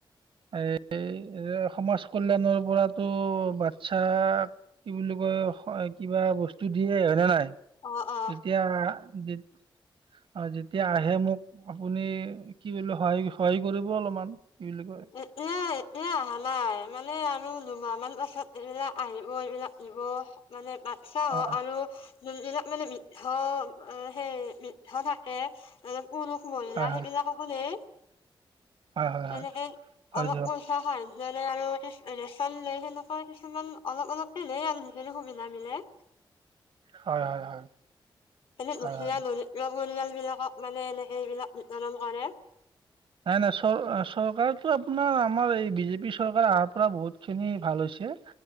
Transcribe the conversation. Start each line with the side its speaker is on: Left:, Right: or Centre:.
Right: এ সমাজ কল্যাণৰ পৰাতো বাচ্ছা কি বুলি কয় কিবা বস্তু দিয়ে। হয়নে নাই?
Left: অ অ
Right: এতিয়া যেত- আৰু যেতিয়া আহে মোক আপুনি কি বুলি সহায় সহায় কৰিব অলপমান কি বুলি কয়
Left: এ এয় এয়া অহা নাই মানে আমি দুমাহমান পাছত এইবিলাক আহিব এইবিলাক নিব মানে তাত চাহ
Right: অ অ
Left: আৰু এই বিলাক মানে বৃদ্ধ সেই বৃদ্ধ থাকে এইবিলাক পুৰুষ মহিলা
Right: হয় হয়
Left: সেইবিলাককো নিয়ে।
Right: হয় হয় হয়
Left: এনেকে
Right: হয়
Left: অলপ
Right: দিয়ক
Left: পইচা হয় যেনে আৰু ৰেচন লে সেনেকুৱা কিছুমান অলপ অলপে লে আৰু যিখিনি সুবিধা মিলে
Right: হয় হয় হয়
Left: এনে
Right: হয়
Left: দুখীয়া
Right: হয়
Left: দৰিদ্ৰ পৰিয়াল বিলাকক মানে এনেকে এইবিলাক নিৰ্ধাৰণ কৰে।
Right: নাই নাই চৰ চৰকাৰেটো আপোনাৰ আমাৰ এই বিজেপি চৰকাৰ অহাৰ পৰা বহুত খিনি ভাল হৈছে।